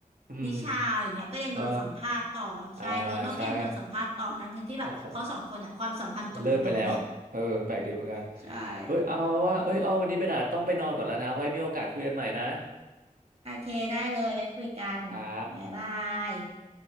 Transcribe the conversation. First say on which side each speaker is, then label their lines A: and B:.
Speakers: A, on the right (about 75°); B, on the right (about 45°).
A: อืม
B: นิชาอย่างเงี้ยก็ยังโดนสัมภาษณ์ต่อใช่โตโน่ก็ยังโดนสัมภาษณ์ต่อทั้งทั้งที่แบบเขาสองคนอ่ะความสัมพันธ์จบกันไปแล้วนะ
A: เอออ่าใช่ก็คงเลิกไปแล้วเออแปลกดีเหมือนกัน
B: ใช่
A: เฮ้ยเอามาว่าเอ้ยอ้อวันนี้เบนอาจต้องไปนอนก่อนแล้วนะไว้มีโอกาสคุยกันใหม่นะ
B: โอเคได้เลยไว้คุยกัน
A: ครับ
B: บ๊ายบาย